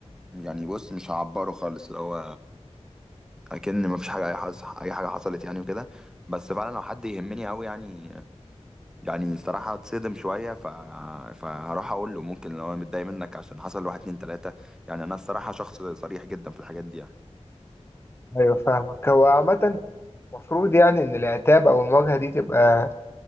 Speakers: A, in the centre; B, on the left.
A: يعني بص مش هعبره خالص اللي هو اكن مفيش حاجه اي حاجه اي حاجه حصلت يعني وكده بس فعلا لو حد يهمني قوي يعني يعني الصراحه اتصدم شويه ف... فهروح اقول له ممكن لو انا متضايق منك عشان حصل واحد اتنين تلاته يعني انا الصراحه شخص صريح جدا في الحاجات دي يعني
B: ايوه فاهمك هو عامة المفروض يعني إن العتاب أو المواجهة دي تبقى